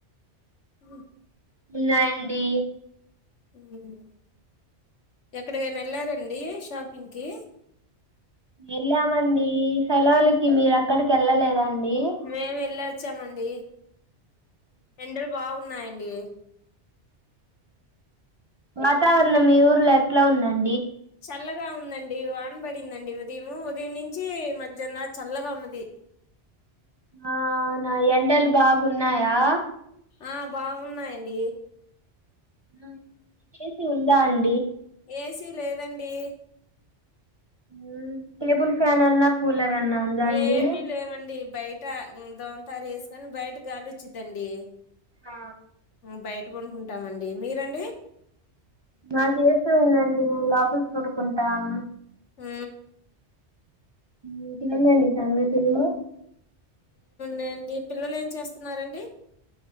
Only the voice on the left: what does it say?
ఉ
మ్ ఎక్కడికైనా ఎళ్ళరండి షాపింగ్కి
మేము వెళ్ళొచ్చామండి ఎండలు బాగున్నాయండి
చల్లగా ఉందం డి వానబడిందండి ఉదయం ఉదయం నుంచి మధ్యహ్న చల్లగా ఉన్నది
ఆ బాగున్నాయండి
ఏసీ లేదండి
ఏమి లేవండి బయ ట దోమతారు ఏసుకొని బయట గాలి వచ్చిదండి
బయట పడుకుంటామండి మీరండి
మ్
నండి పిల్లలు ఏం చేస్తున్నారండి